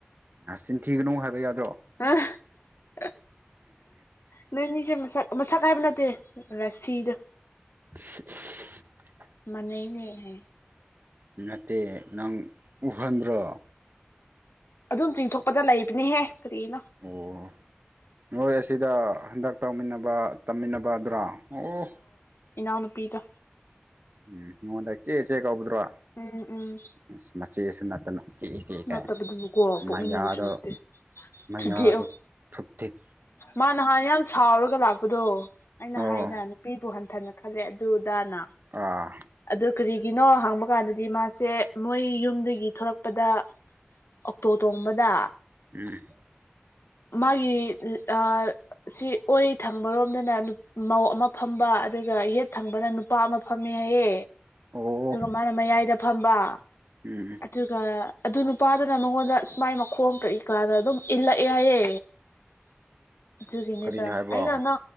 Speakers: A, on the right; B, on the left.
A: ꯅꯆꯤꯟ ꯊꯤꯒꯅꯨ ꯍꯥꯏꯕ ꯌꯥꯗ꯭ꯔꯣ
B: <unintelligible> ꯅꯣꯏꯅꯤꯁꯦ ꯃꯁꯛ ꯃꯁꯛ ꯍꯥꯏꯕ ꯅꯠꯇꯦ ꯔꯥꯁꯤꯗꯨ
A: <unintelligible>
B: ꯃꯥꯟꯅꯩꯅꯦ ꯍꯥꯏ
A: ꯅꯠꯇꯦ ꯅꯪ ꯎꯍꯟꯕ꯭ꯔꯣ
B: ꯑꯗꯨꯝ ꯆꯤꯡꯊꯣꯛꯄꯗ ꯂꯩꯕꯅꯤꯍꯦ ꯀꯔꯤꯅꯣ
A: ꯑꯣ ꯅꯣꯏ ꯑꯁꯤꯗ ꯍꯟꯗꯛ ꯇꯧꯃꯤꯟꯅꯕ ꯇꯝꯃꯤꯟꯅꯕ ꯑꯗꯨꯔ ꯑꯣ
B: ꯏꯅꯥꯎ ꯅꯨꯄꯤꯗꯣ
A: ꯎꯝ ꯏꯉꯣꯟꯗ ꯏꯆꯦ ꯏꯆꯦ ꯀꯧꯕꯗꯨꯔꯣ
B: ꯎꯝ ꯎꯝ
A: ꯏꯁ ꯃꯆꯦꯁꯨ ꯅꯠꯇꯅ ꯏꯆꯦ ꯏꯆꯦ ꯀꯥꯏꯅ
B: ꯅꯠꯇꯕꯗꯨꯕꯨꯀꯣ ꯄꯣꯛꯃꯤꯟꯅꯕꯁꯨ
A: ꯃꯌꯥꯗꯣ
B: ꯅꯠꯇꯦ
A: ꯃꯌꯥꯗꯣ
B: ꯊꯨꯗꯦꯛꯑꯣ
A: ꯐꯨꯞ ꯊꯤꯛ
B: ꯃꯥ ꯅꯍꯥꯟ ꯌꯥꯝ ꯁꯥꯎꯔꯒ ꯂꯥꯛꯄꯗꯣ ꯑꯩꯅ
A: ꯑꯣ
B: ꯍꯥꯏꯅ ꯅꯨꯄꯤꯕꯨ ꯍꯟꯊꯅ ꯈꯜꯂꯦ ꯑꯗꯨꯗꯥꯅ
A: ꯑꯥ
B: ꯑꯗꯨ ꯀꯔꯤ ꯅꯣ ꯍꯥꯡꯕ ꯀꯥꯟꯗꯗꯤ ꯃꯥꯁꯦ ꯃꯣꯏ ꯌꯨꯝꯗꯒꯤ ꯊꯣꯂꯛꯄꯗ ꯑꯣꯛꯇꯣ ꯇꯣꯡꯕꯗ
A: <unintelligible>
B: ꯃꯥꯒꯤ ꯑ ꯁꯤ ꯑꯣꯏ ꯊꯪꯕꯔꯣꯝꯗꯅ ꯃꯧ ꯑꯃ ꯐꯝꯕ ꯑꯗꯨꯒ ꯌꯦꯠ ꯊꯪꯕꯅ ꯅꯨ ꯅꯨꯄꯥ ꯑꯃ ꯐꯪꯃꯤ ꯍꯥꯏꯌꯦ
A: ꯑꯣ
B: ꯑꯗꯨꯒ ꯃꯥꯅ ꯃꯌꯥꯏꯗ ꯐꯝꯕ
A: ꯎꯝ
B: ꯑꯗꯨꯒ ꯑꯗꯨ ꯅꯨꯄꯥꯗꯨꯅ ꯃꯉꯣꯟꯗ ꯁꯨꯃꯥꯏꯅ ꯃꯈꯣꯡ ꯀꯛꯏ ꯀꯥꯟꯗ ꯑꯗꯨꯝ ꯏꯜꯂꯛꯑꯦ ꯍꯥꯏꯌꯦ ꯆꯨꯒꯤꯅꯤꯗ
A: ꯀꯔꯤ ꯍꯥꯏꯕ
B: ꯑꯩꯅ ꯅ